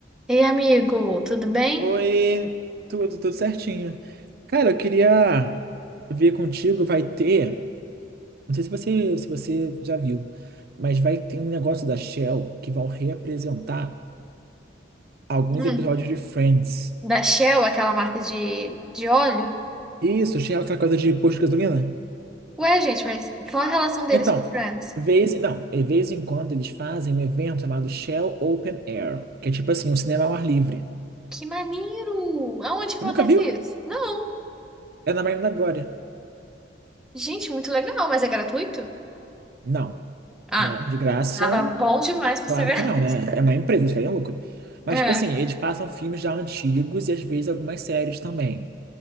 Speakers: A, in the centre; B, on the right.
A: Ei, amigo, tudo bem?
B: Oi, tudo, tudo certinho. Cara, eu queria ver contigo, vai ter, não sei se você, se você já viu, mas vai ter um negócio da Shell que vão reapresentar alguns
A: Hum,
B: episódios de Friends.
A: Da Shell, aquela marca de, de óleo?
B: Isso, Shell, é aquela coisa de posto de gasolina?
A: Ué, gente, mas qual a relação deles
B: Então,
A: com o Friends?
B: vez, não, de vez em quando eles fazem um evento chamado Shell Open Air, que é tipo assim, um cinema ao ar livre.
A: Que maneiro! Aonde que
B: Você
A: acontece
B: nunca viu?
A: isso? Não!
B: É na Marina da Glória.
A: Gente, muito legal, mas é gratuito?
B: Não,
A: Ah,
B: né? De graça.
A: tava bom demais pra
B: Claro
A: ser <laughs> verdade.
B: que não, né? É uma empresa, eles querem lucro. Mas,
A: É.
B: tipo assim, eles passam filmes já antigos e às vezes algumas séries também.